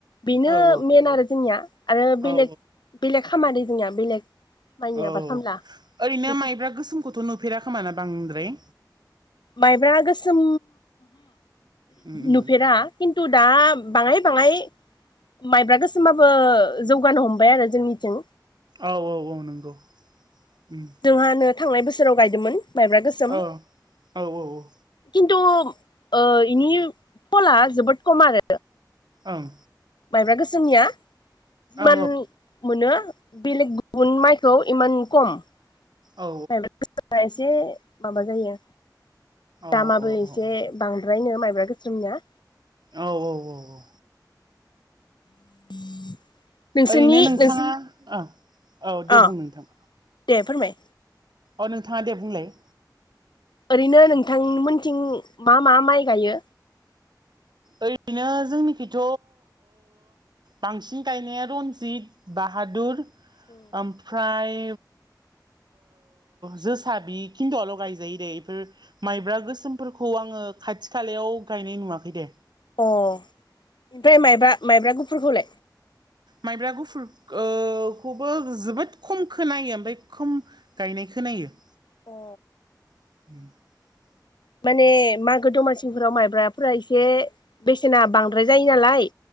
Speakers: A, on the left; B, on the right.
A: बेनो
B: औ
A: मेन आरो जोंनिया आरो बेलेग
B: औ
A: बेलेग खामानि जोंनिया बेलेग माइनि
B: औ
A: आबाद खामला
B: ओरैनो
A: नोंसोर
B: माइब्रा गोसोमखौथ' नुफेर खोमा ना बांद्राय
A: माइब्रा गोसोम
B: उम उम
A: नुफेरा खिन्थु दा बाङाय बाङाय माइब्रा गोसोमाबो जौगानो हमबाय आरो जोंनिथिं
B: औ औ औ नंगौ उम
A: जोंहानो थांनाय बोसोराव गायदोंमोन माइब्रा गोसोम
B: औ औ औ ओं
A: खिन्थु ओ बिनि फला जोबोद खम आरो
B: ओं।
A: माइब्रा गोसोमनिया जिमान
B: औ
A: मोनो बेलेग गुबुन माइखौ इमान खम
B: औ
A: <inaudible> एसे माबा जायो
B: औ
A: दामाबो
B: औ
A: एसे
B: औ
A: बां बांद्रायनो माइब्रा गोसोम ना
B: औ औ औ औ
A: <unintelligible>
B: ओरैनो नोंथाङा
A: नों
B: औ दे
A: अ
B: बुं नोंथां
A: दे फोरमाय
B: अ नोंथाङा दे बुंलाय।
A: ओरैनो नोंथांमोनथिं मा मा माइ गायो?
B: ओरैनो जोंनिखिथ' बांसिन गायनाया रन्जित बाहादुर
A: अ
B: ओमफ्राय जोसा बि खिन्थुआल' गायजायो दे बेफोर माइब्रा गोसोमफोरखौ आङो खाथि खालायाव गायनाय नुवाखै दे
A: अ ओमफ्राय माइब्रा माइब्रा गुफुरखौलाय?
B: माइब्रा गुफुरखौबो जोबोद खम खोनायो ओमफ्राय खम गायनायखो खोनायो
A: औ,
B: <inaudible>
A: माने मागो दमासिफोराव माइब्राफोरा एसे बेसेना बांद्राय जायो नालाय